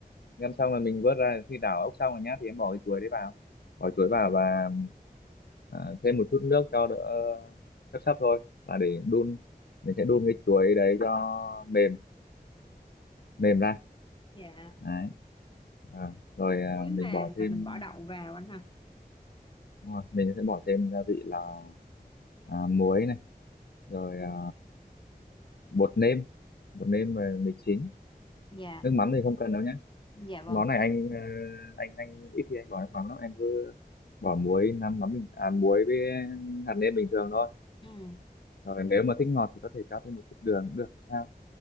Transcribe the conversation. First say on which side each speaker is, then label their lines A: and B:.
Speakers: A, on the left; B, on the left.
A: ngâm xong là mình vớt ra khi đảo ốc xong rồi nhá thì em bỏ cái chuối đấy vào bỏ chuối
B: ừ,
A: vào và à, thêm một chút nước cho đỡ sấp sấp thôi là để đun mình sẽ đun cái chuối đấy cho mềm mềm ra
B: dạ
A: đấy à, rồi à,
B: Chuối mềm
A: mình bỏ thêm
B: là mình bỏ đậu vào anh ha.
A: đúng rồi, mình sẽ bỏ thêm gia vị là à, muối này rồi à, bột nêm bột nêm và mì chính
B: dạ
A: nước mắm thì không cần đâu nhé
B: dạ vâng
A: món này anh ờ, anh anh ít khi anh bỏ nước mắm lắm em cứ bỏ muối nắm mắm bình à, muối với hạt nêm bình thường thôi
B: ừ,
A: rồi nếu mà thích ngọt thì có thể cho thêm một chút đường cũng được không sao